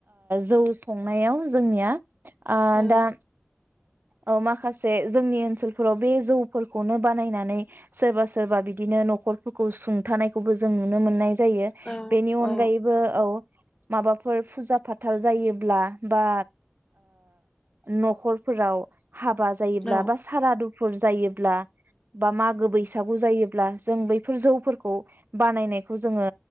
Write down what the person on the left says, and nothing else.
औ
औ
औ
औ